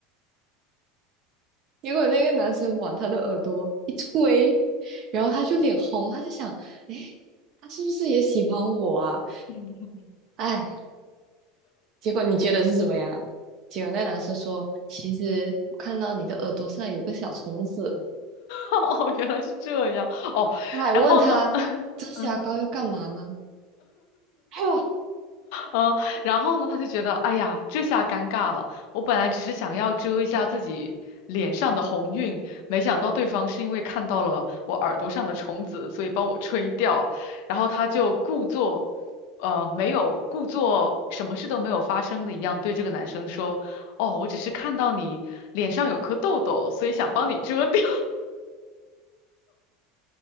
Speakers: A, on the right; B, on the left.
A: 结果那个男生往他的耳朵一推，然后他就脸红，他就想，诶，他是不是也喜欢我啊？
B: <laughs>
A: 哎，结果你觉得是什么呀？结果那男生说，其实我看到你的耳朵上有个小虫子，
B: 哦，原来是这样哦，
A: 他还问他，
B: 然后呢？<laughs>
A: 遮瑕膏要干嘛呢？
B: 嗯。
A: <sighs> 哦
B: 嗯，然后呢，他就觉得，哎呀，这下尴尬了。我本来只是想要遮一下自己脸上的红晕，没想到对方是因为看到了我耳朵上的虫子，所以帮我吹掉。然后他就故作，呃，没有故作什么事都没有发生的一样，对这个男生说：“哦，我只是看到你脸上有颗痘痘，所以想帮你遮掉。”